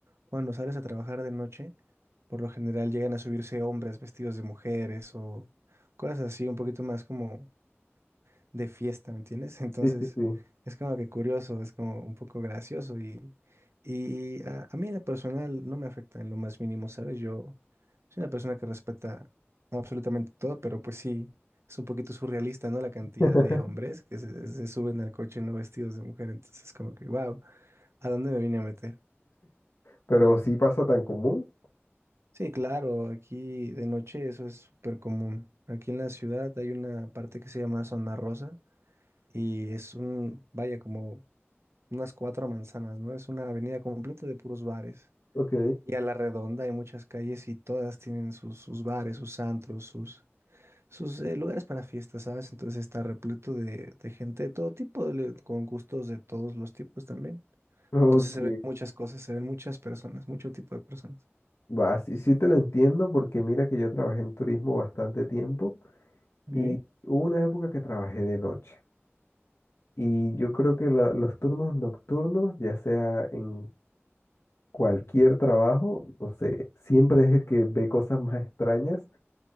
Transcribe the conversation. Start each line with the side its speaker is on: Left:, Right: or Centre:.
Right: cuando sales a trabajar de noche, por lo general llegan a subirse hombres vestidos de mujeres o cosas así, un poquito más como de fiesta, ¿me entiendes? <laughs> Entonces,
Left: Sí, sí, sí.
Right: es como que curioso, es como un poco gracioso y, y a, a mí en lo personal no me afecta en lo más mínimo, ¿sabes? Yo soy una persona que respeta absolutamente todo, pero pues sí, es un poquito surrealista, ¿no? La cantidad
Left: <laughs>
Right: de hombres que se, se suben al coche no vestidos de mujer, entonces como que, wow, ¿a dónde me vine a meter?
Left: Pero sí pasa tan común.
Right: Sí, claro, aquí de noche eso es súper común. Aquí en la ciudad hay una parte que se llama Zona Rosa y es un, vaya, como unas cuatro manzanas, ¿no? Es una avenida completa de puros bares.
Left: Ok,
Right: Y a la redonda hay muchas calles y todas tienen sus, sus bares, sus antros, sus, sus eh, lugares para fiestas, ¿sabes? Entonces está repleto de, de gente de todo tipo, le- con gustos de todos los tipos también.
Left: ok.
Right: Entonces se ven muchas cosas, se ven muchas personas, mucho tipo de personas.
Left: Va, sí, sí te lo entiendo porque mira que yo trabajé en turismo bastante tiempo.
Right: Ok,
Left: Y hubo una época que trabajé de noche. Y yo creo que la- los turnos nocturnos, ya sea en cualquier trabajo, no sé, siempre es el que ve cosas más extrañas